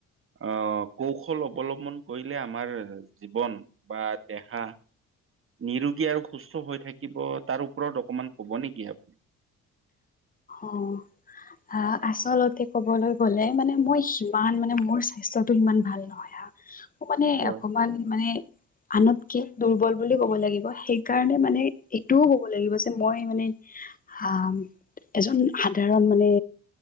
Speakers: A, on the right (about 45°); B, on the left (about 30°).
A: আহ কৌশল অৱলম্বন কৰিলে আমাৰ জীৱন- বা দেহা- নিৰুগী আৰু সুস্থ হৈ থাকিব তাৰ ওপৰত অকমান কব নেকি আপুনি?
B: অঁ। অঁ আচলতে কবলৈ গ'লে মানে মই সিমান মানে মোৰ স্বাস্থ্যতটো সিমান ভাল নহয়। মানে
A: হয়
B: অকমান মানে আনতকে দুৰ্বল বুলি ক'ব লাগিব, সেইকাৰণে মানে এইটোও কব লাগিব যে মই মানে- আ এজন সাধাৰণ মানে